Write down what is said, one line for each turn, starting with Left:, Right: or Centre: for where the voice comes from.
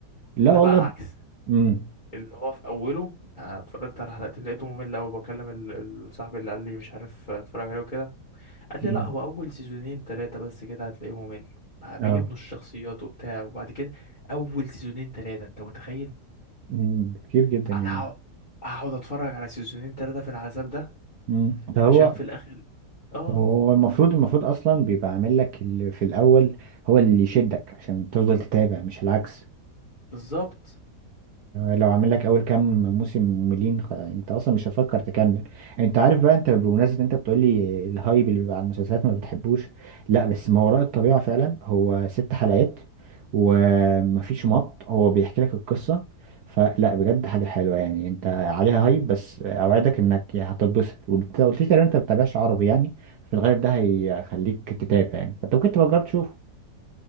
Right: لا
Left: ده
Right: والله
Left: بقى العكس
Right: امم
Left: اللي هو في اوله آه، اتفرجت على حلقتين لقيته ممل قوي بكلم ال- ال- صاحبي اللي قال لي مش عارف آه، اتفرج عليه وكده قال لي
Right: امم
Left: لا هو اول سيزونين ثلاثه بس كده هتلاقيه ممل بقى بيبنوا
Right: اه
Left: الشخصيات وبتاع وبعد كده اول سيزونين ثلاثه انت متخيل
Right: امم كتير جدا يعني
Left: انا هقعد هقعد اتفرج على سيزونين ثلاثه في العذاب ده
Right: امم ده
Left: عشان
Right: هو
Left: في الاخر اه
Right: هو المفروض المفروض اصلا بيبقى عامل لك اللي في الاول هو اللي يشدك عشان تفضل تتابع مش العكس
Left: بالظبط
Right: لو عامل لك اول كام موسم مملين خ... انت اصلا مش هتفكر تكمل انت عارف بقى انت بمناسبه انت بتقول لي الهايب اللي بيبقى على المسلسلات ما بتحبوش لا بس ما وراء الطبيعه فعلا هو ست حلقات ومفيش مط هو بيحكي لك القصه فلا بجد حاجه حلوه يعني انت عليها هايب بس اوعدك انك يا هتتبسط وانت قلت لي تقريبا انت ما بتتابعش عربي يعني في الغالب ده هيخليك تتابع يعني فانت ممكن تبقى تجرب تشوف